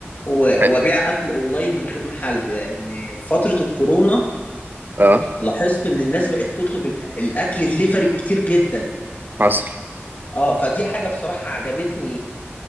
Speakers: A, on the left (about 45°); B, on the right (about 45°).
A: و-
B: اه
A: وابيع اكل اونلاين من غير محل لان في فتره الكورونا
B: اه
A: لاحظت ان الناس بقت تطلب ال- الاكل دليفري كتير جدا
B: حصل
A: اه فدي حاجة بصراحة عجبتني